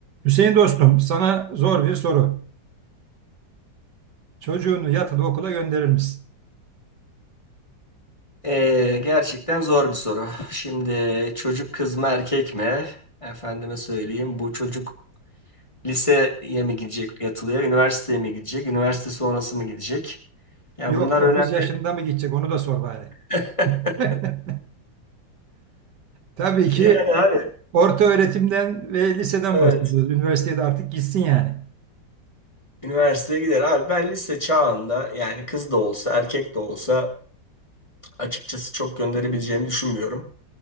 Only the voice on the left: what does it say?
Ee, gerçekten zor bir soru. Şimdi çocuk kız mı erkek mi? Efendime söyleyeyim. Bu çocuk liseye mi gidecek yatılıya, üniversiteye mi gidecek, üniversite sonrası mı gidecek? Ya
bunlar önemli.
<laughs>
Yani
abi
evet
üniversiteye gider. Abi ben lise çağında yani kız da olsa erkek de olsa açıkçası çok gönderebileceğimi düşünmüyorum.